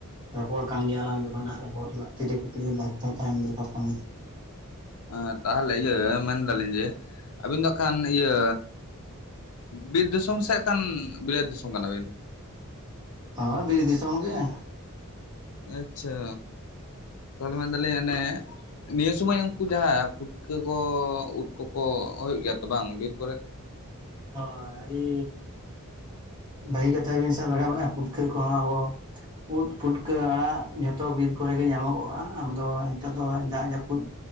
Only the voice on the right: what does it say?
ᱨᱚᱯᱚᱲ ᱠᱟᱱ ᱜᱮᱭᱟᱞᱟᱝ ᱡᱚᱠᱷᱚᱱ ᱦᱟᱸᱜ ᱨᱚᱯᱚᱲ ᱞᱟᱠᱛᱤ ᱨᱮ ᱠᱩᱠᱞᱤ ᱫᱚ ᱫᱚᱨᱠᱟᱨ ᱠᱟᱱᱟ
ᱦᱟᱸ ᱵᱤᱨ ᱫᱤᱥᱚᱢ ᱜᱮ
ᱦᱳᱭ ᱟᱹᱰᱤ ᱵᱷᱟᱜᱤ ᱠᱟᱛᱷᱟ ᱵᱤᱱ ᱥᱟᱵ ᱨᱟᱠᱟᱵ ᱠᱟᱫᱟ ᱯᱩᱴᱠᱟᱹ ᱠᱚᱦᱚᱸ ᱟᱵᱚ ᱩᱫ ᱯᱷᱩᱴᱠᱟᱹ ᱟᱲᱟᱜ ᱡᱷᱚᱛᱚ ᱵᱤᱨ ᱠᱚᱨᱮ ᱜᱮ ᱧᱟᱢᱚᱜᱚᱜᱼᱟ ᱟᱵᱚ ᱫᱚ ᱱᱤᱛᱚᱜ ᱫᱚ ᱫᱟᱜ ᱡᱟᱹᱯᱩᱫ